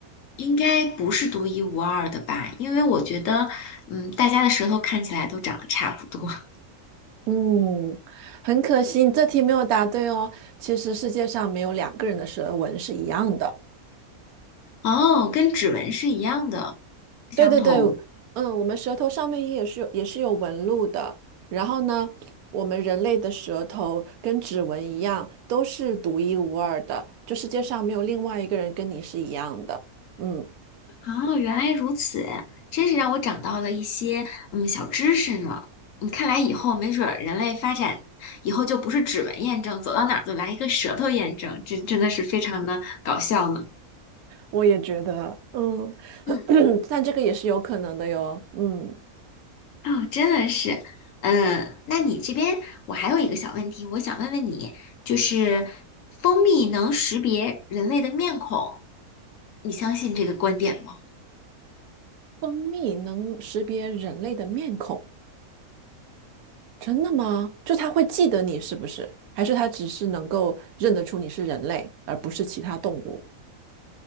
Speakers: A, on the left; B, on the right.
A: 应该不是独一无二的吧，因为我觉得，嗯，大家的舌头看起来都长得差不多。<laughs>
B: 嗯，很可惜，你这题没有答对哦。其实世界上没有两个人的舌纹是一样的。
A: 哦，跟指纹是一样的，不相同。
B: 对对对，嗯，我们舌头上面也是有也是有纹路的。然后呢，我们人类的舌头跟指纹一样，都是独一无二的，就世界上没有另外一个人跟你是一样的。嗯，
A: 哦，原来如此，真是让我长到了一些嗯小知识呢。你看来以后没准儿人类发展以后就不是指纹验证，走到哪儿就来一个舌头验证，这真的是非常的搞笑呢。
B: 我也觉得，嗯，
A: 嗯，
B: <clears throat> 但这个也是有可能的哟。嗯，
A: 哦，真的是，嗯，那你这边我还有一个小问题，我想问问你，就是蜂蜜能识别人类的面孔，你相信这个观点吗？
B: 蜂蜜能识别人类的面孔，真的吗？就它会记得你是不是？还是它只是能够认得出你是人类，而不是其他动物？